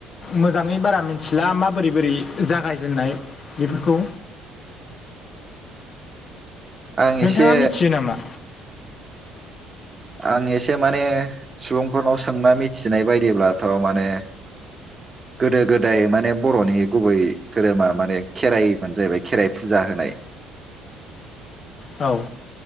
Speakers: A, on the left; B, on the right.
A: मोजांङै बारा मिथिला माबोरै बोरै जागायजेननाय बेफोरखौ
B: औ आं
A: नोंथांङा
B: एसे
A: मिथियो नामा
B: आं एसे माने सुबुंफोरनाव सोंना मिथिनाय बायदिब्लाथ माने गोदो गोदाय माने बर'नि गुबै धोरोमा माने खेराइ जाहैबाय खेराइ फुजा होनाय
A: औ